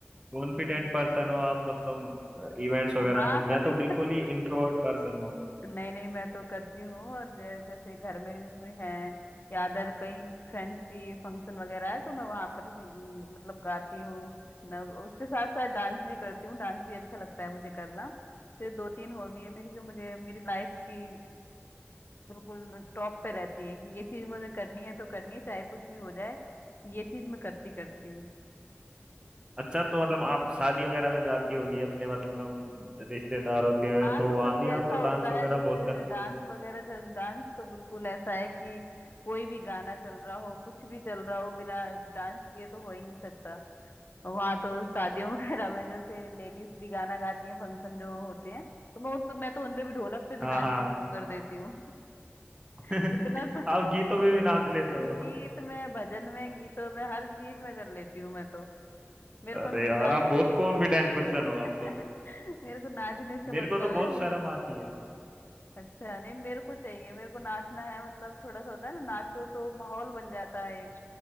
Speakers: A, on the right; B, on the left.
A: कॉन्फिडेंट पर्सन हो आप मतलब इवेंट्स वगैरह
B: <laughs> हाँ
A: में
B: कभी
A: मैं तो बिल्कुल ही इंट्रोवर्ट पर्सन हूँ
B: नहीं नहीं मैं तो करती हूँ और जै- जैसे घर में भी है या अदर कहीं फ्रेंड्स की फंक्शन वगैरह है तो मैं वहां पर सिंग- मतलब गाती हूँ न- उसके साथ साथ डांस भी करती हूँ डांस भी अच्छा लगता है मुझे करना तो ये दो तीन हॉबी है मेरी जो मुझे मेरी लाइफ की बिल्कुल टॉप पे रहती है कि ये चीज मुझे करनी है तो करनी है चाहे कुछ भी हो जाए ये चीज मैं करती करती हूँ
A: अच्छा तो मतलब आप शादी वगैरह में जाती होगी अपने मतलब रिश्तेदारों के में
B: हाँ
A: तो
B: तो
A: वहां
B: कभी
A: भी
B: ऐसा
A: आप तो
B: होता
A: डांस वगैरह
B: है जैसे
A: बहुत करते
B: डांस
A: होगे
B: वगैरह कर डांस तो बिल्कुल ऐसा है कि कोई भी गाना चल रहा हो कुछ भी चल रहा हो बिना डांस किए तो हो ही नहीं सकता वहाँ तो शादियों <laughs> वगैरह में जैसे लेडीज भी गाना गाती हैं फंक्शन जो होते हैं तो मैं तो मैं तो उनपे भी ढोलक पे भी
A: हाँ
B: नाचना
A: हाँ
B: शुरू कर देती हूँ
A: <laughs>
B: <laughs> इतना सा
A: आप गीतों में भी नाच लेते
B: गीत
A: हो
B: में भजन में गीतों में हर चीज में कर लेती हूँ मैं तो मेरे को
A: अरे
B: नाचने
A: यार आप बहुत
B: के
A: कॉन्फिडेंट पर्सन हो आप तो
B: <laughs> मेरे को नाचने से मतलब
A: मेरे को तो बहुत
B: है मुझे
A: शर्म आती है
B: अच्छा नहीं मेरे को चाहिए मेरे को नाचना है मतलब थोड़ा सा होता है ना नाचो तो माहौल बन जाता है एक